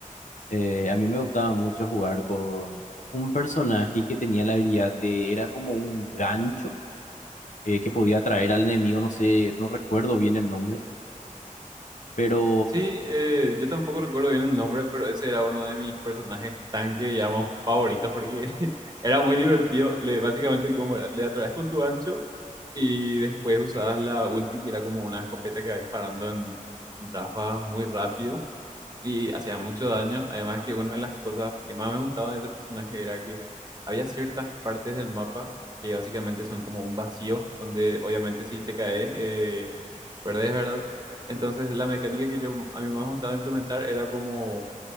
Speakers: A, on the left (about 65°); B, on the right (about 30°).
A: eh, a mí me gustaba mucho jugar con un personaje que tenía la habilidad de, era como un gancho eh, que podía atraer al enemigo, no sé, no recuerdo bien el nombre, pero
B: Sí, eh, yo tampoco recuerdo bien el nombre, pero ese era uno de mis personajes tanque, digamos, favoritos, porque <laughs> era muy divertido. Le, básicamente el combo era, le atraes con tu ancho y después usabas la ulti, que era como una escopeta que va disparando en, en ráfagas muy rápido. y hacía mucho daño. Además que una de las cosas que más me gustaba de ese personaje era que había ciertas partes del mapa que básicamente son como un vacío, donde obviamente si te caes, eh, perdés, ¿verdad? Entonces la mecánica que yo a mí más me gustaba implementar era como